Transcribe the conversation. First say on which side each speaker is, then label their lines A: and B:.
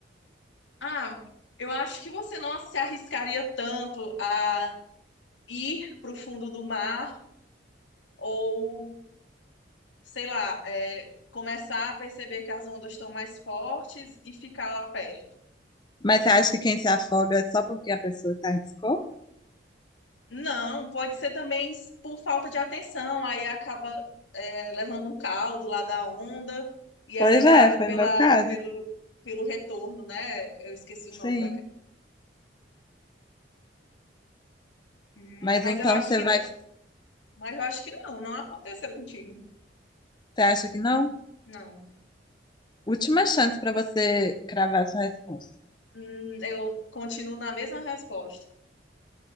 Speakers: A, on the left; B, on the left.
A: Ah, eu acho que você não se arriscaria tanto a ir para o fundo do mar ou, sei lá, é, começar a perceber que as ondas estão mais fortes e ficar lá perto.
B: Mas você acha que quem se afoga é só porque a pessoa se arriscou?
A: Não, pode ser também por falta de atenção, aí acaba é, levando um caldo lá da onda e é
B: Pois
A: levada
B: é, foi
A: pela,
B: o meu caso.
A: pelo, pelo retorno, né? Eu esqueci
B: Sim.
A: o nome da. Hum,
B: Mas
A: Mas
B: então
A: eu acho
B: você
A: que
B: vai,
A: não,
B: você
A: mas eu acho que não, não aconteceu contigo.
B: acha que não?
A: Não.
B: Última chance para você cravar sua resposta.
A: Hum, eu continuo na mesma resposta.